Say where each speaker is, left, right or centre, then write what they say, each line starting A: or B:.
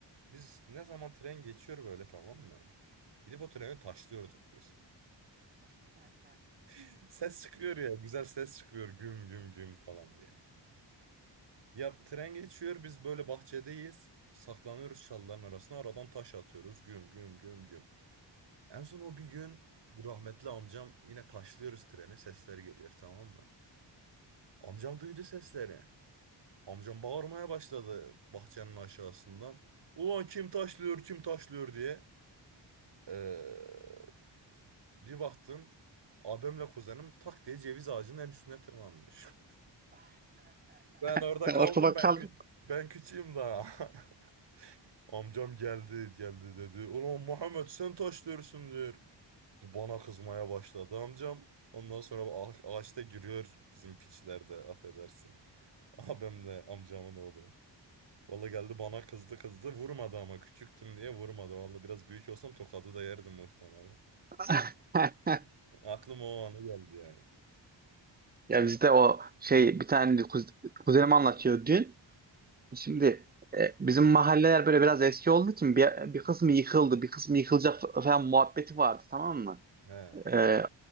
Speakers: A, on the right; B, on the right.
A: Biz ne zaman tren geçiyor böyle tamam mı? Gidip o treni taşlıyorduk biz. <laughs> Ses çıkıyor ya güzel ses çıkıyor güm güm güm falan diye. Ya tren geçiyor biz böyle bahçedeyiz. Saklanıyoruz çalıların arasına. Aradan taş atıyoruz. Güm güm güm güm. En son o bir gün bu rahmetli amcam yine taşlıyoruz trene. Sesleri geliyor tamam mı? Amcam duydu sesleri. Amcam bağırmaya başladı bahçenin aşağısından. Ulan kim taşlıyor kim taşlıyor diye. Ee, bir baktım abimle kuzenim tak diye ceviz ağacının en üstüne tırmanmış. <laughs> Ben orada
B: <laughs>
A: kaldım
B: Ortada
A: ben
B: kaldım.
A: kü ben küçüğüm daha. <laughs> Amcam geldi geldi dedi. Ulan Muhammed sen taş diyorsun diyor. Bana kızmaya başladı amcam. Ondan sonra ağa- ağaçta giriyor bizim piçlerde affedersin. <laughs> Abimle amcamın oğlu. Valla geldi bana kızdı kızdı vurmadı ama küçüktüm diye vurmadı. Valla biraz büyük olsam tokadı da yerdim muhtemelen.
B: <laughs>
A: Aklıma o anı geldi yani.
B: Ya bizde o şey bir tane kuz- kuzenim anlatıyor dün. Şimdi e, bizim mahalleler böyle biraz eski olduğu için bir, bir kısmı yıkıldı, bir kısmı yıkılacak fa- falan muhabbeti vardı tamam mı?
A: He,
B: E,